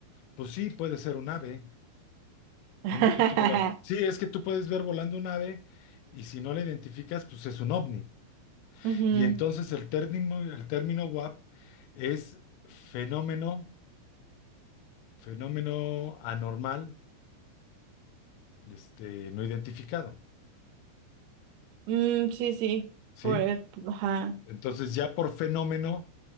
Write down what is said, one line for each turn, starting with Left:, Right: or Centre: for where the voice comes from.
Left: pues sí, puede ser un ave,
Right: <laughs>
Left: un objeto volador. Sí, es que tú puedes ver volando un ave y si no la identificas, pues es un ovni.
Right: Ujú.
Left: Y entonces el término, el término WAP es fenómeno Fenómeno anormal, este, no identificado,
Right: Mm, sí, sí.
Left: ¿sí?
Right: Pues, ajá.
Left: Entonces ya por fenómeno